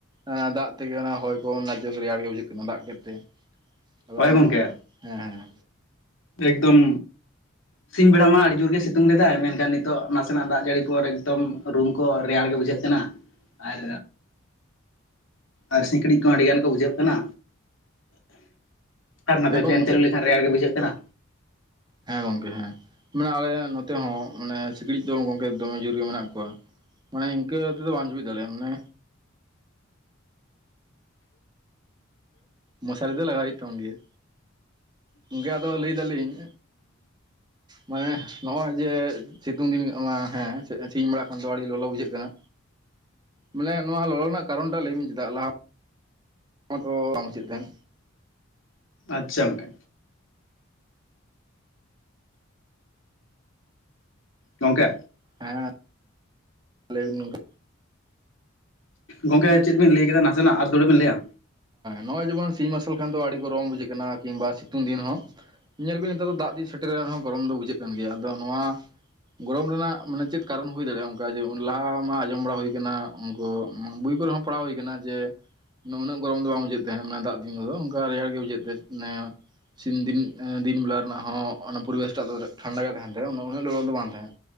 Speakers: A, on the right; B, on the left.
A: ᱟᱹ ᱫᱟᱜ ᱛᱮᱜᱮ ᱚᱱᱟ ᱦᱚᱭ ᱠᱚ ᱚᱱᱱᱟ ᱡᱚᱜᱽ ᱨᱮᱭᱟᱲ ᱜᱮ ᱵᱩᱡᱷᱟᱹᱜ ᱠᱟᱱᱟ ᱫᱟᱜ ᱠᱮᱫ ᱛᱮ ᱟᱫᱚ
B: ᱦᱳᱭ
A: ᱢᱚᱱᱮ
B: ᱜᱚᱝᱠᱮ
A: ᱦᱮᱸ ᱦᱮᱸ
B: ᱮᱠᱫᱚᱢ ᱥᱤᱧ ᱵᱮᱲᱟ ᱢᱟ ᱟᱹᱰᱤ ᱡᱳᱨᱜᱮ ᱥᱤᱛᱩᱝ ᱞᱮᱫᱟᱭ ᱢᱮᱱᱠᱷᱟᱱ ᱱᱤᱛᱚᱜ ᱱᱟᱥᱮᱱᱟᱜ ᱫᱟᱜ ᱡᱟᱹᱲᱤ ᱠᱚ ᱮᱠᱫᱚᱢ ᱨᱩᱢ ᱠᱚ ᱨᱮᱭᱟᱲ ᱜᱮ ᱵᱩᱡᱷᱟᱹᱜ ᱠᱟᱱᱟ ᱟᱨ ᱟᱨ ᱥᱤᱠᱬᱤᱡ ᱠᱚᱦᱚᱸ ᱟᱹᱰᱤ ᱜᱟᱱ ᱠᱚ ᱵᱩᱡᱷᱟᱹᱜ ᱠᱟᱱᱟ ᱟᱨ ᱱᱚᱛᱮ
A: ᱦᱮᱸ ᱜᱚᱝ
B: ᱯᱷᱮᱱ ᱪᱟᱹᱞᱩ ᱞᱮᱠᱷᱟᱱ ᱨᱮᱭᱟᱲ ᱜᱮ ᱵᱩᱡᱷᱟᱹᱜ ᱠᱟᱱᱟ
A: ᱦᱮᱸ ᱜᱚᱝᱠᱮ ᱦᱮᱸ ᱢᱟᱱᱮ ᱟᱞᱮ ᱱᱚᱛᱮ ᱦᱚᱸ ᱢᱟᱱᱮ ᱥᱤᱠᱬᱤᱡ ᱫᱚ ᱜᱚᱝᱠᱮ ᱫᱚᱢᱮ ᱡᱳᱨ ᱜᱮ ᱢᱮᱱᱟᱜ ᱠᱚᱣᱟ ᱢᱟᱱᱮ ᱤᱱᱠᱟᱹ ᱛᱮᱫᱚ ᱵᱟᱢ ᱡᱟᱯᱤᱫ ᱫᱟᱲᱮᱭᱟᱜ ᱟ ᱢᱚᱥᱟᱨᱤ ᱫᱚ ᱞᱟᱜᱟᱣ ᱦᱩᱭᱩᱜ ᱛᱟᱢ ᱜᱮᱭᱟ ᱜᱚᱢᱠᱮ ᱟᱫᱚ ᱞᱟᱹᱭ ᱫᱟᱞᱤᱧ ᱢᱟᱱᱮ ᱱᱚᱜᱼᱚᱭ ᱡᱮ ᱥᱤᱛᱩᱝ ᱫᱤᱱ ᱦᱮᱸ ᱥᱤᱧ ᱵᱮᱲᱟ ᱠᱷᱟᱱ ᱫᱚ ᱟᱹᱰᱤ ᱞᱚᱞᱚ ᱵᱩᱡᱷᱟᱹᱜ ᱠᱟᱱᱟ ᱢᱟᱱᱮ ᱱᱚᱣᱟ ᱞᱚᱞᱚ ᱨᱮᱱᱟᱜ ᱠᱟᱨᱚᱱ ᱴᱟᱜ ᱞᱟᱹᱭᱵᱤᱱ ᱪᱮᱫᱟᱜ ᱞᱟᱦᱟ ᱛᱚ ᱵᱟᱝ ᱵᱩᱡᱷᱟᱹᱜ ᱛᱟᱦᱮᱱ
B: ᱟᱪᱪᱷᱟ ᱜᱚᱝᱠᱮ ᱜᱚᱢᱠᱮ
A: ᱦᱮᱸ ᱞᱟᱹᱭ ᱵᱤᱱ ᱜᱚᱢᱠᱮ
B: ᱜᱚᱝᱠᱮ ᱪᱮᱫ ᱵᱤᱱ ᱞᱟᱹᱭ ᱠᱮᱫᱟ ᱱᱟᱥᱮᱱᱟᱜ ᱟᱨ ᱫᱚᱦᱲᱟᱹ ᱵᱮᱱ ᱞᱟᱹᱭᱟ
A: ᱱᱚᱜᱼᱚᱭ ᱡᱮᱢᱚᱱ ᱥᱤᱧ ᱢᱟᱨᱥᱟᱞ ᱠᱷᱟᱱ ᱫᱚ ᱟᱹᱰᱤ ᱜᱚᱨᱚᱢ ᱵᱩᱡᱷᱟᱹᱜ ᱠᱟᱱᱟ ᱠᱤᱢᱵᱟ ᱥᱤᱛᱩᱝ ᱫᱤᱱ ᱦᱚᱸ ᱧᱮᱞ ᱵᱤᱱ ᱱᱮᱛᱟᱨ ᱫᱚ ᱫᱟᱜ ᱫᱤᱱ ᱥᱮᱴᱮᱨᱨᱮᱱ ᱨᱮᱦᱚᱸ ᱜᱚᱨᱚᱢ ᱫᱚ ᱵᱩᱡᱷᱟᱹᱜ ᱠᱟᱱ ᱜᱮᱭᱟ ᱟᱫᱚ ᱱᱚᱣᱟ ᱜᱚᱨᱚᱢ ᱨᱮᱱᱟᱜ ᱢᱟᱱᱮ ᱪᱮᱫ ᱠᱟᱨᱚᱱ ᱦᱩᱭ ᱫᱟᱲᱮᱭᱟᱜᱼᱟ ᱚᱱᱠᱟ ᱡᱮ ᱞᱟᱦᱟ ᱢᱟ ᱟᱸᱡᱚᱢ ᱵᱟᱲᱟ ᱦᱩᱭᱠᱟᱱᱟ ᱩᱱᱠᱩ ᱵᱳᱭ ᱠᱚᱨᱮᱦᱚ ᱯᱟᱲᱦᱟᱣ ᱦᱩᱭ ᱟᱠᱟᱱᱟ ᱡᱮ ᱩᱱᱟᱹᱜ ᱜᱚᱨᱚᱢ ᱫᱚ ᱵᱟᱝ ᱵᱩᱡᱷᱟᱹᱜ ᱛᱟᱦᱮᱸᱜ ᱢᱟᱱᱮ ᱫᱟᱜ ᱫᱤᱱ ᱠᱚᱫᱚ ᱚᱱᱠᱟ ᱨᱮᱭᱟᱲ ᱜᱮ ᱵᱩᱡᱷᱟᱹᱜ ᱛᱟᱦᱮᱸ ᱢᱟᱱᱮ ᱥᱤᱢ ᱫᱤᱱ ᱫᱤᱱ ᱵᱮᱞᱟ ᱨᱮᱱᱟᱜ ᱦᱚᱸ ᱚᱱᱟ ᱯᱚᱨᱤᱵᱮᱥᱴᱟᱜ ᱴᱷᱟᱱᱰᱟ ᱜᱮ ᱛᱟᱦᱮ ᱛᱟᱦᱮᱸᱫ ᱩᱱᱟᱹᱜ ᱞᱚᱞᱚ ᱫᱚ ᱵᱟᱝ ᱛᱟᱦᱮᱸᱫ